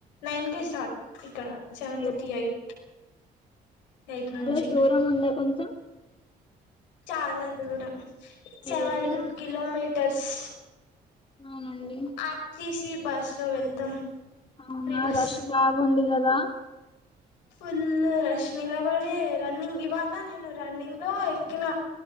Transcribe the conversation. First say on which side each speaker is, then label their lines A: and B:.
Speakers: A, on the left; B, on the left.
A: నైన్
B: అవునండి.
A: కేే స్టార్ట్. ఇక్కడ సెవెన్
B: అయ్యో
A: థర్టీ ఎయిట్ ఎయిట్
B: కాలేజ్
A: నుంచి
B: దూరం ఉందా కొంచం.
A: చాలా దూరం
B: అయ్యో
A: సెవెన్
B: ఎలా వెళ్తారు
A: కిలోమీటర్స్
B: అవునండి
A: ఆర్. టి. సి బస్ లో వెళ్తాం
B: అవునా
A: ఫ్రీ బస్
B: రష్ బాగా వుందిగాదా
A: ఫుల్లు రష్ నిలబడే, రన్నింగ్ ఇవాళ్ళ నేను రన్నింగ్ లో ఎక్కిన.